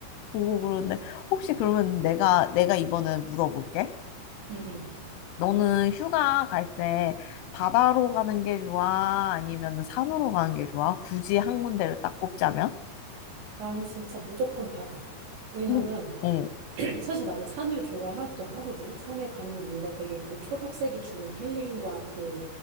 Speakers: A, on the left; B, on the right.
A: 보고 그러는데 혹시 그러면 내가 내가 이번에 물어볼게.
B: 응,
A: 너는 휴가 갈 때 바다로 가는 게 좋아? 아니면 산으로 가는 게 좋아? 굳이 한 군데를 딱 꼽자면?
B: 나는 진짜 무조건 바다. 왜냐면
A: 응, 응,
B: <clears throat> 사실 나는 산을 좋아하기도 하거든. 산에 가면 뭔가 되게 그 초록색이 주는 힐링과 그